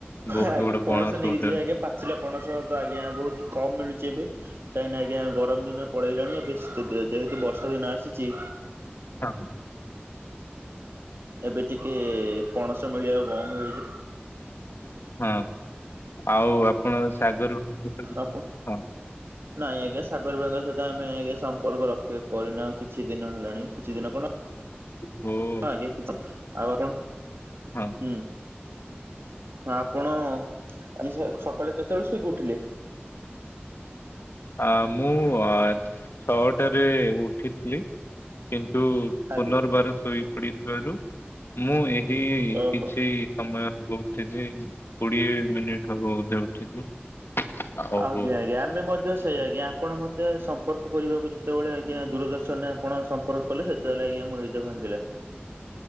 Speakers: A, on the left (about 70°); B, on the right (about 75°).
A: ବହୁତ
B: ଆଜ୍ଞା,
A: ବଡ
B: ପଣସ ନେଇକି
A: ଗୋଟେ
B: ଯିବେ ଆଜ୍ଞା ପାଚିଲା ପଣସ ତ ଆଜ୍ଞା ବହୁତି କମ୍ ମିଳୁଛି ଏବେ। କାହିଁକିନା ଆଜ୍ଞା, ଗରମ ଦିନ ପଳେଇଲାଣି ଏବେ ଶୀତ ଦିନ ଯେହେତୁ ବର୍ଷା ଦିନ ଆସିଛି
A: ଆଁ ହୁଁ
B: ଏବେ ଟିକେ ପଣସ ମିଳିବା ବନ୍ଦ ହେଇଯି
A: ହଁ, ଆଉ ଆପଣ ସାଗର <inaudible> ହଁ।
B: ଆପଣ ନାଇଁ ଆଜ୍ଞା, ସାଗର ଭାଇଙ୍କ ସହିତ ଆମେ ଆଜ୍ଞା ସମ୍ପର୍କ ରଖି କରିନାଉ କିଛି ଦିନ ହେଲାଣି କିଛି ଦିନ କ'ଣ
A: ମୋ
B: ହଁ ଆଜ୍ଞା, କିଛି ଆଉ ଆପଣ
A: ହଁ।
B: ହୁଁ, ଆପଣ ଆଜି ସ ସକାଳେ କେତେବେଳେ ଶୋଇକି ଉଠିଲେ?
A: ଆ ମୁଁ ଆ ଛଅଟାରେ ଉଠିଥିଲି କିନ୍ତୁ
B: ଆଜ୍ଞା
A: ପୁନର୍ବାର ଶୋଇପଡିଥିବାରୁ ମୁଁ ଏହି
B: ଓହୋ
A: କିଛି ସମୟ ହବ ଉଠିଛି କୋଡିଏ ମିନିଟ୍ ହବ ବୋଧେ ଉଠିଛି। ଆଉ
B: ଆଜ୍ଞା,
A: ହଁ
B: ଆଜ୍ଞା, ଆମେ ମ ତ ସେଇ ଆଜ୍ଞା, ଆପଣ ମତେ ସମ୍ପର୍କ କରିବାକୁ ଯେତେବେଳେ ଆଜ୍ଞା ଦୂରଦର୍ଶନ ରେ ଆପଣ ସମ୍ପର୍କ କଲେ ସେ <inaudible> ଆଜ୍ଞା ମୋ ଭାଙ୍ଗିଥିଲା।